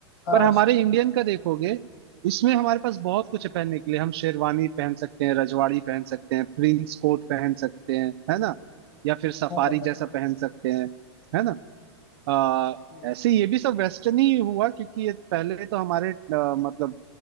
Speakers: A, on the left; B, on the right.
A: हाँ
B: पर हमारे
A: सूट
B: इंडियन का देखोगे इसमें हमारे पास बहुत कुछ है पहनने के लिए हम शेरवानी पहन सकते हैं रजवाड़ी पहन सकते हैं प्रिंस कोट पहन सकते हैं है ना या फिर सफारी
A: हाँ हाँ
B: जैसा पहन सकते हैं है ना आ,
A: जी।
B: ऐसे ये भी सब वेस्टर्न ही हुआ क्योंकि ये पहले तो हमारे अ, मतलब